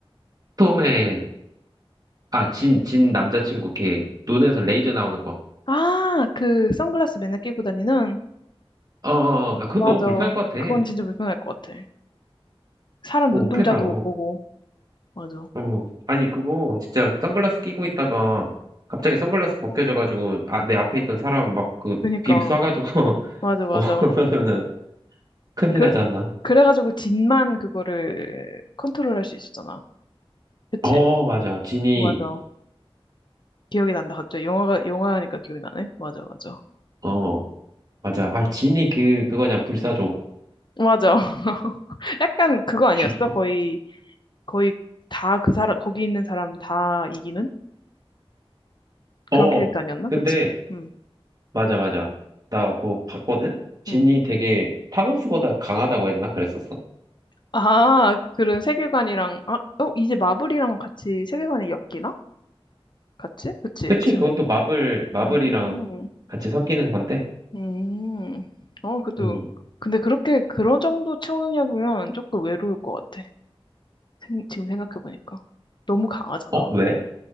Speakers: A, on the right; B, on the left.
A: 톰의, 아, 진, 진 남자친구 걔, 눈에서 레이저 나오는 거.
B: 아, 그 선글라스 맨날 끼고 다니는?
A: 어, 어, 어, 그건
B: 맞아.
A: 너무 불편할 것 같아.
B: 그건 진짜 불편할 것 같아. 사람
A: 그거
B: 눈동자도
A: 어떻게 살아?
B: 못 보고. 맞아.
A: 어, 아니, 그거 진짜 선글라스 끼고 있다가 갑자기 선글라스 벗겨져가지고 아, 내 앞에 있던 사람 막 그
B: 그니까.
A: 빔 쏴가지고 <laughs>
B: 맞아, 맞아.
A: 어, 그러면은 큰일
B: 그래,
A: 나잖아.
B: 그래가지고 진만 그거를 컨트롤할 수 있었잖아. 그치?
A: 어, 맞아. 진이,
B: 맞아. 기억이 난다. 갑자기 영화가 영화니까 기억이 나네. 맞아, 맞아.
A: 어, 맞아. 아, 진이 그, 그거냐, 불사조.
B: 맞아. <laughs> 약간 그거 아니었어?
A: 주,
B: 거의 거의 다 그 사람 거기 있는 사람 다 이기는
A: 어,
B: 그런 캐릭터 아니었나?
A: 근데,
B: 그치? 응,
A: 맞아, 맞아. 나 그거 봤거든? 진이
B: 응.
A: 되게 타노스보다 강하다고 했나? 그랬었어.
B: 아, 그런 세계관이랑 아, 어 이제 마블이랑 같이 세계관이 엮이나? 같이? 그치?
A: 그치,
B: 엑스맨이.
A: 그것도 마블, 마블이랑
B: 음.
A: 같이 섞이는 건데.
B: 음. 어, 그래도,
A: 음.
B: 근데 그렇게, 그런 정도 채우느냐면 조금 외로울 것 같아. 생- 지금 생각해보니까. 너무 강하잖아.
A: 어, 왜?